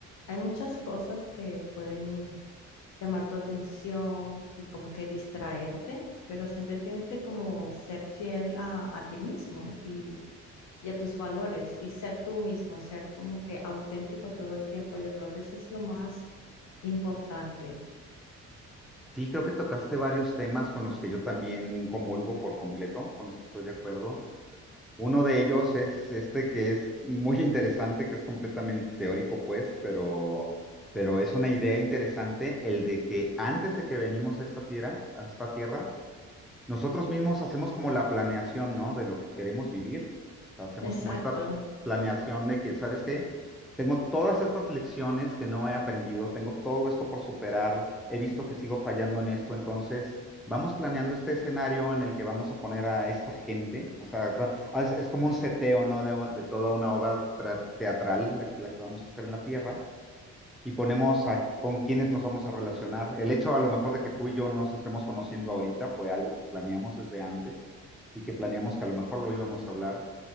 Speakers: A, on the left (about 65°); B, in the centre.
A: hay muchas cosas que pueden llamar tu atención y como que distraerte, pero siempre tienes que como ser fiel a, a ti mismo y y a tus valores y ser tú mismo, ser como que auténtico todo el tiempo. Yo creo que eso es lo más importante.
B: Sí, creo que tocaste varios temas con los que yo también comulgo por completo, con los que estoy de acuerdo. Uno de ellos es este que es muy <laughs> interesante, que es completamente teórico, pues, pero, pero es una idea interesante, el de que antes de que venimos a esta tierra, a esta tierra, Nosotros mismos hacemos como la planeación, ¿no? De lo que queremos vivir. O sea, hacemos
A: Exacto.
B: como esta planeación de que, ¿sabes qué? Tengo todas estas lecciones que no he aprendido, tengo todo esto por superar, he visto que sigo fallando en esto, entonces vamos planeando este escenario en el que vamos a poner a esta gente, o sea, es, es como un seteo, ¿no? De, de toda una obra tra- teatral, la, la que vamos a hacer en la Tierra y ponemos a, con quiénes nos vamos a relacionar. El hecho a lo mejor de que tú y yo nos estemos conociendo ahorita fue algo que planeamos desde antes y que planeamos que a lo mejor lo íbamos a hablar